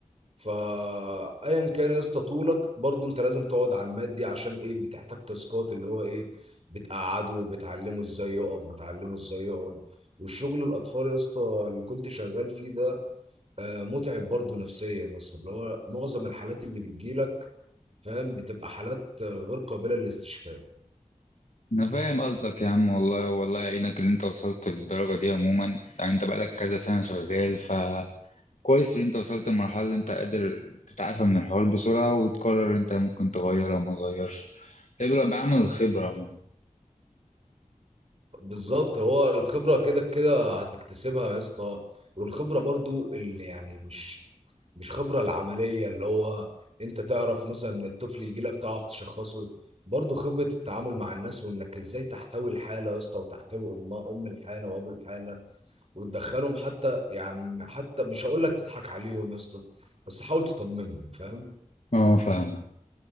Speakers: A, on the right (about 50°); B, on the left (about 65°).
A: فايا كان يا اسطى طولك برضو انت لازم تقعد على المات دي عشان ايه بتحتاج تاسكات اللي هو ايه بتقعده بتعلمه ازاي يقف بتعلمه ازاي يقعد والشغل الاطفال يا اسطى اللي كنت شغال فيه ده آه، متعب برضو نفسيا بس اللي هو معظم الحالات اللي بتجيلك فاهم بتبقى حالات آه، غير قابلة للاستشفاء
B: انا فاهم قصدك يا عم والله والله يعينك اللي انت وصلت للدرجه دي عموما يعني انت بقالك كذا سنه شغال ف كويس ان انت وصلت لمرحله اللي انت قادر تتعافى من الحوار بسرعه وتقرر انت ممكن تغير او ما تغيرش ابرأ بعمل الخبره عموما
A: بالظبط هو الخبرة كده كده هتكتسبها يا اسطى والخبرة برضو اللي يعني مش مش خبرة العملية اللي هو انت تعرف مثلا الطفل يجي لك تعرف تشخصه برضو خبرة التعامل مع الناس وانك ازاي تحتوي الحالة يا اسطى وتحتوي ام ام الحالة وابو الحالة وتدخلهم حتى يعني حتى مش هقول لك تضحك عليهم يا اسطى بس حاول تطمنهم فاهم
B: اه فاهمك